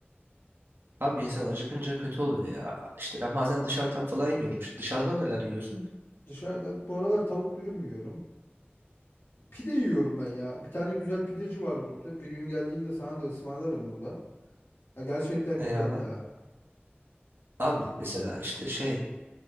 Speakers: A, on the right; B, on the left.
A: Abi insan acıkınca kötü oluyor ya. İşte ben bazen dışarıdan falan yiyorum. Şimdi dışarıdan neler yiyorsun?
B: Dışarıdan bu aralar tavuk dürüm yiyorum. Pide yiyorum ben ya. Bir tane güzel pideci var burada. Bir gün geldiğinde sana da ısmarlarım burada. Ha, gerçekten
A: Eyvallah.
B: güzel ya.
A: Abi mesela işte şey